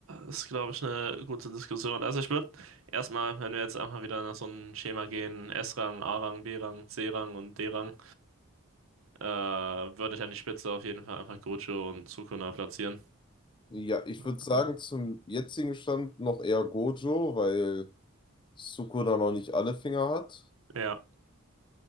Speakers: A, on the right (about 75°); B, on the left (about 25°).
A: ist, glaube ich, eine gute Diskussion. Also ich würde erstmal, wenn wir jetzt einfach wieder nach so einem Schema gehen, S-Rang, A-Rang, B-Rang, C-Rang und D-Rang, äh, würde ich an die Spitze auf jeden Fall einfach Gojo und Sukuna platzieren.
B: Ja, ich würde
A: Also,
B: sagen, zum jetzigen Stand noch eher Gojo, weil Sukuna da noch nicht alle Finger hat.
A: Ja,